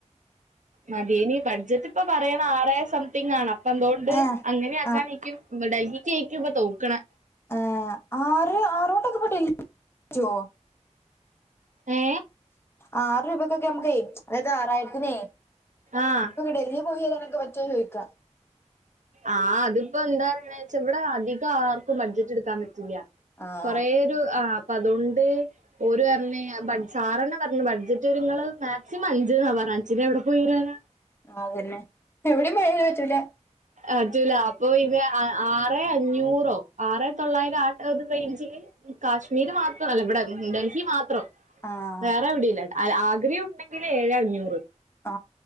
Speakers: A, on the right; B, on the left.
A: മതിയിനി ബഡ്ജറ്റ് ഇപ്പ പറയണേ ആറായിരം സംതിങ് ആണ്. അപ്പൊ അന്തുകൊണ്ട്
B: ആഹ്
A: അങ്ങനെ ആക്കാനായിക്കും
B: ആഹ്
A: ന്യൂഡൽഹിക്ക് ക്കായിക്കും ഇപ്പ തൂക്കണേ
B: ആ ആറ് ആറൊണ്ടൊക്കെ ഇപ്പൊ ഡൽഹിക്ക് പറ്റോ?
A: ഏ
B: ആറ് രൂപക്കൊക്കെ നമുക്ക് അതായത് ആറായിരത്തിനേ
A: ആഹ്
B: ട്രിപ്പോക്കെ ഡൽഹി പോയി നിനക്ക് പറ്റോന്ന് ചോദിക്കാ.
A: ആ അതിപ്പോ എന്താ പറയണേന്ന് വെച്ചാ ഇവിടെ അധികം ആർക്കും ബഡ്ജറ്റ് എടുക്കാൻ പറ്റൂല്ലാ.
B: ആഹ്
A: കൊറേ ഒരു ആ പ്പ അതൊണ്ട് ഓര് പറഞ്ഞേ ആ ബഡ് സാറെന്നെ പറഞ്ഞു ബഡ്ജറ്റ്ങ്ങള് മാക്സിമം അഞ്ച്ന്നാ പറ പാൻസൊക്കെ എവിടെ പോയിരൂന
B: ആ അതെന്നെ എവിടെം പോയാലും പറ്റൂല
A: അത് ലാപ്പ് പിന്നെ അ ആറെ അഞ്ഞൂറോ ആറെ തൊള്ളായിരം ആ ടേ റേഞ്ചില്. കാശ്മീര് മാത്രല്ല ഇവിടെ ഡൽഹി മാത്രം.
B: ആഹ്
A: വേറെ എവിടില്ലട്ടോ അല്ല ആഗ്രഹയും ഉണ്ടെങ്കില് ഏഴ് അഞ്ഞൂറ്.
B: ആ